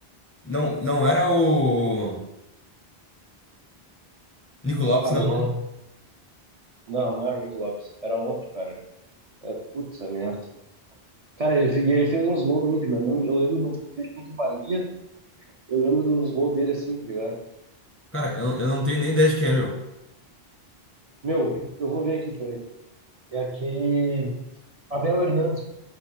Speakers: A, on the left; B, on the right.
A: Não, não era o Nico Lopes,
B: Ah,
A: não.
B: meu,
A: né?
B: não, não, não era o Nico Lopes. Era outro, cara. É, puta merda. Cara, ele, fe- e ele fez uns gols no Inter, meu. Eu lembro, eu lembro do gol dele contra o Bahia. Eu lembro dos gols dele assim, tá ligado?
A: Cara, eu, eu não tenho nem ideia de quem é, meu.
B: Meu, eu vou ver aqui, peraí. É aquele. Abel Hernandes.